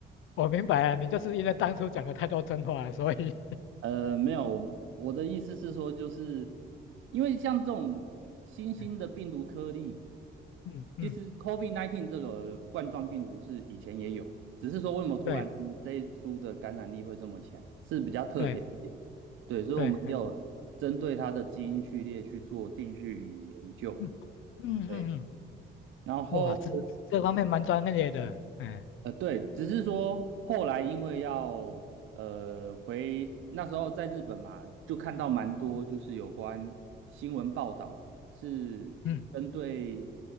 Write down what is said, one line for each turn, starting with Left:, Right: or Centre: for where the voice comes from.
Left: 我明白了，你就是因为当初讲了太多真话了，所以。
Right: 呃，没有，我的意思是说，就是因为像这种新兴的病毒颗粒，
Left: 嗯嗯。嗯
Right: 其实 COVID-19 这个冠状病毒是以前也有，只是说为什么突然嗯这一株的感染力会这么强，
Left: 对
Right: 是比较特别一点。
Left: 对
Right: 对，所以我们有针对它的基因序列去做定序与研究。
Left: 对，哎，嗯嗯嗯嗯，
Right: 对，然后
Left: 哇，这这方面蛮专业的，哎，
Right: 呃，对，只是说后来因为要呃回那时候在日本嘛，就看到蛮多就是有关新闻报道是针对
Left: 嗯，